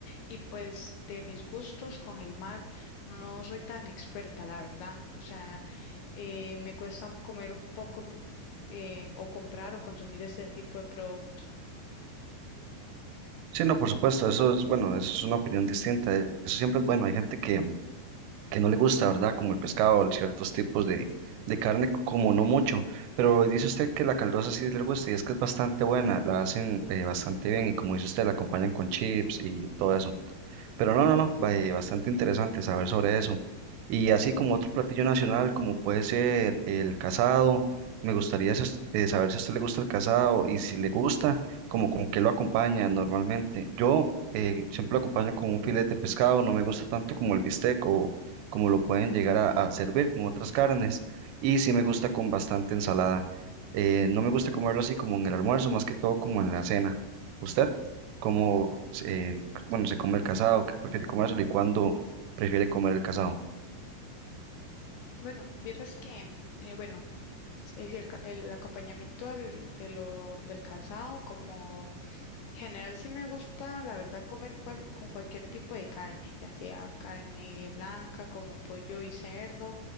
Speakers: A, on the left; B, on the right.
A: Y pues de mis gustos con el mar, no soy tan experta, la verdad. O sea, eh, me cuesta comer un poco mm, eh, o comprar o consumir este tipo de productos.
B: Sí, no, por supuesto, eso es, bueno, eso es una opinión distinta. eh, Eso siempre es bueno. Hay gente que, que no le gusta, ¿verdad? Como el pescado, ciertos tipos de, de carne, como no mucho. Pero dice usted que la caldosa sí le gusta y es que es bastante buena, la hacen eh, bastante bien y como dice usted, la acompañan con chips y todo eso. Pero no, no, no, ba- eh, bastante interesante saber sobre eso. Y así como otro platillo nacional, como puede ser el casado, me gustaría si us- eh, saber si a usted le gusta el casado y si le gusta, como con qué lo acompaña normalmente. Yo eh, siempre lo acompaño con un filete de pescado, no me gusta tanto como el bistec o como lo pueden llegar a, a servir con otras carnes. Y sí me gusta con bastante ensalada. Eh, no me gusta comerlo así como en el almuerzo, más que todo como en la cena. ¿Usted? ¿Cómo eh, bueno, se come el casado, que prefiere comérselo y cuándo prefiere comer el casado.
A: Bueno, vieras que, eh, bueno, es decir, el, ca- el acompañamiento del, de lo, del casado, como en general sí me gusta, la verdad, comer cual- con cualquier tipo de carne, ya sea carne blanca como pollo y cerdo,